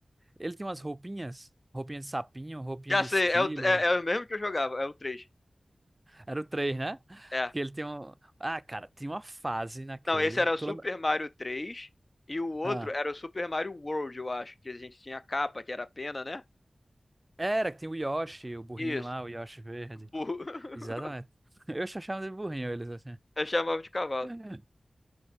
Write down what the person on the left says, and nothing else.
Já
sei, é o, é, é o mesmo que eu jogava, é o três
É.
Não, esse era o
Super
Mario três e o outro
era o Super Mario World, eu acho, que a gente tinha a capa, que era a pena, né?
Isso.
Burro. <laughs>
Eu chamava de cavalo.